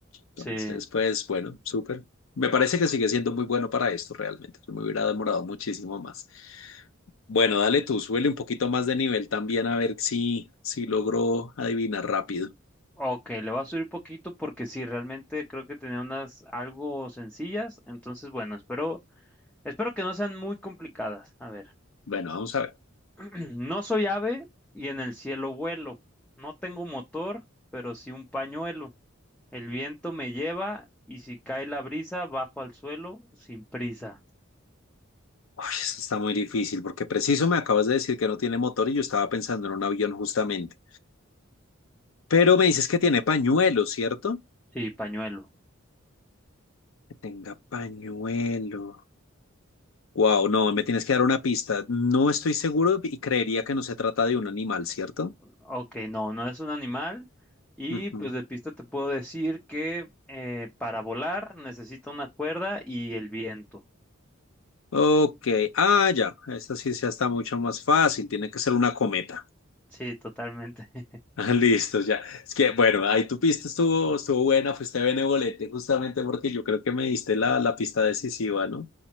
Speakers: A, on the left (about 75°); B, in the centre.
A: Entonces,
B: Sí.
A: pues bueno, súper. Me parece que sigue siendo muy bueno para esto realmente. Me hubiera demorado muchísimo más. Bueno, dale tú, súbele un poquito más de nivel también a ver si, si logro adivinar rápido.
B: Ok, le voy a subir poquito porque sí, realmente creo que tenía unas algo sencillas. Entonces, bueno, espero. Espero que no sean muy complicadas. A ver,
A: Bueno, vamos a ver.
B: <clears throat> no soy ave y en el cielo vuelo. No tengo motor, pero sí un pañuelo. El viento me lleva y si cae la brisa, bajo al suelo sin prisa.
A: Uy, eso está muy difícil porque preciso me acabas de decir que no tiene motor y yo estaba pensando en un avión justamente. Pero me dices que tiene pañuelo, ¿cierto?
B: Sí, pañuelo.
A: Que tenga pañuelo. Wow, no, me tienes que dar una pista. No estoy seguro y creería que no se trata de un animal, ¿cierto?
B: Ok, no, no es un animal. Y
A: Ujú.
B: pues de pista te puedo decir que eh, para volar necesito una cuerda y el viento.
A: Ok, ah, ya, esta sí ya está mucho más fácil, tiene que ser una cometa. <laughs>
B: Sí, totalmente. <laughs>
A: Ah, Listo, ya. Es que, bueno, ahí tu pista estuvo, estuvo buena, fuiste benevolente justamente porque yo creo que me diste la, la pista decisiva, ¿no?